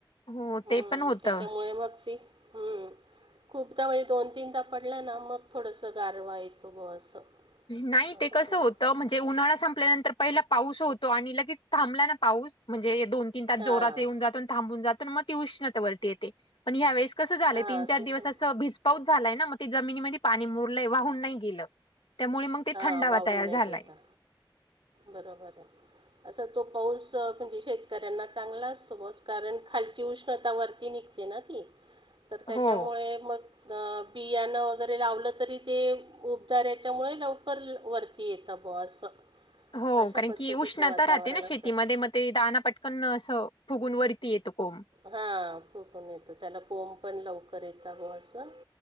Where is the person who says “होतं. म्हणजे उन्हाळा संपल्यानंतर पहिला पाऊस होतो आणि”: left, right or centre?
Left